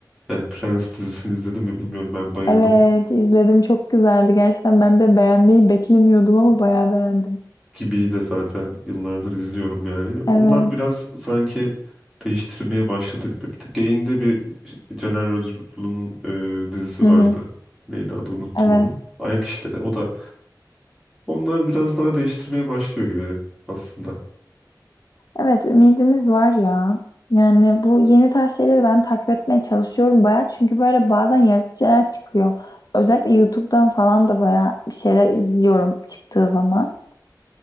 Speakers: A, in the centre; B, on the left (about 55°).
A: yani Prens dizisini izledim mi bilmiyorum ben bayıldım.
B: Evet, izledim çok güzeldi. Gerçekten ben de beğenmeyi beklemiyordum ama bayağı beğendim.
A: Gibi'yi de zaten yıllardır izliyorum yani.
B: Evet.
A: Onlar biraz sanki değiştirmeye başladı gibi. Bir tık Gain'de bir Caner Özgürlü'nün e, dizisi
B: Hı
A: vardı.
B: hı.
A: Neydi adı unuttum
B: Evet.
A: onu. Ayak işleri. O da onlar biraz daha değiştirmeye başlıyor gibi aslında.
B: Evet, ümidimiz var ya. Yani bu yeni tarz şeyleri ben takip etmeye çalışıyorum bayağı. Çünkü böyle bazen yaratıcı şeyler çıkıyor. Özellikle YouTube'dan falan da bayağı bir şeyler izliyorum çıktığı zaman.